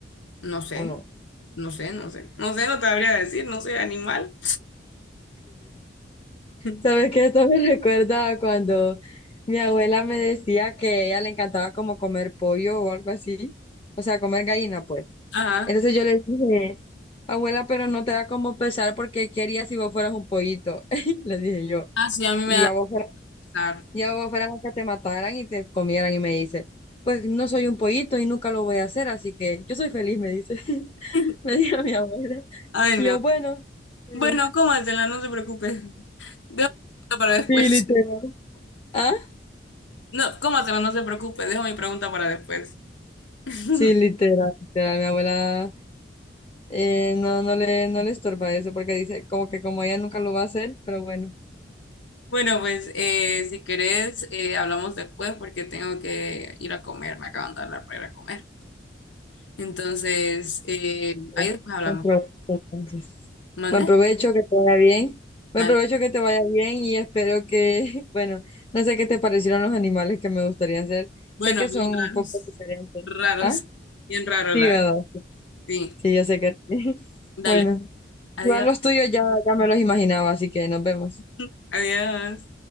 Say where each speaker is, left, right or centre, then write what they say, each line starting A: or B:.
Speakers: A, on the left (about 85°); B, on the left (about 30°).
A: No sé,
B: ¿o no?
A: no sé, no sé. No sé, no te habría decir, no sé, animal. <laughs>
B: ¿Sabes qué? Esto me <laughs> recuerda a cuando mi abuela me decía que a ella le encantaba como comer pollo o algo así, o sea, comer gallina, pues.
A: Ajá.
B: Entonces yo le dije, abuela, pero no te da como pesar porque querías si vos fueras un pollito? <laughs> Le dije yo.
A: Ah, sí, a mí
B: Y
A: me da
B: a vos fueras,
A: pesar.
B: y a vos fueras a que te mataran y te comieran. Y me dice, pues no soy un pollito y nunca lo voy a hacer, así que yo soy feliz, me dice. <laughs>
A: <laughs>
B: Me dijo mi abuela.
A: Ay,
B: Y
A: no.
B: yo, bueno. está
A: Bueno,
B: bien".
A: cómatela, no se preocupe. Dejo para después.
B: Sí, literal. ¿Ah?
A: No, ¿cómo se va? No se preocupe, dejo mi pregunta para después. <laughs>
B: Sí, literal, literal. Mi abuela eh, no, no le, no le estorba eso porque dice como que como ella nunca lo va a hacer, pero bueno.
A: Bueno, pues eh, si querés, eh, hablamos después porque tengo que ir a comer, me acaban de hablar para ir a comer. Entonces, eh,
B: Bueno,
A: ahí después hablamos.
B: pues, no hay entonces.
A: ¿Mande?
B: Buen provecho, que te vaya bien.
A: Dale.
B: Buen provecho, que te vaya bien y espero que, <laughs> bueno, no sé qué te parecieron los animales que me gustaría hacer.
A: Bueno,
B: Sé que
A: bien
B: son un
A: raros,
B: poco diferentes.
A: raros,
B: ¿Ah?
A: bien raro
B: Sí,
A: la...
B: ¿verdad?
A: Sí,
B: Sí, yo sé que sí. <laughs>
A: dale.
B: Bueno,
A: Adiós.
B: igual los tuyos ya, ya me los imaginaba, así que nos vemos.
A: <laughs> Adiós.